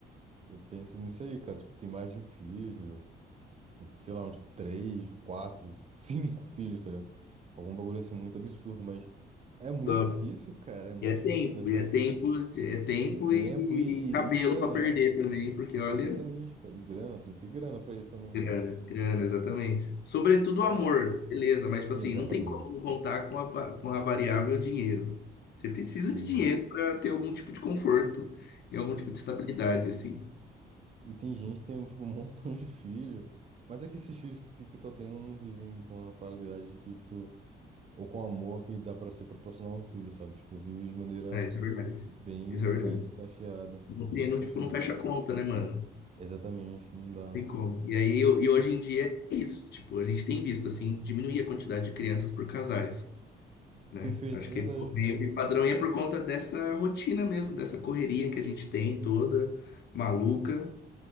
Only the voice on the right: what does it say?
eu penso nisso aí, cara. Tipo, ter mais de um filho. sei lá, uns três, quatro, cinco <laughs> filhos, tá ligado? Algum bagulho assim muito absurdo, mas é muito
difícil, cara, é muito
difícil
nessa.
E é tempo
e,
e grana,
né?
Exatamente, cara, e grana, tem que ter grana pra isso também,
cara.
Ah,
exatamente,
sim.
E,
e tem gente que tem tipo, um <laughs> montão de filho, mas é que esses filhos que o pessoal tem não, não vivem com a qualidade que tu, ou com o amor que dá pra ser proporcionar a um filho, sabe? Tipo, vive de maneira
bem,
bem sucateada,
bem
sucateada,
assim.
Exatamente, não dá.
Perfeito,
é
verdade.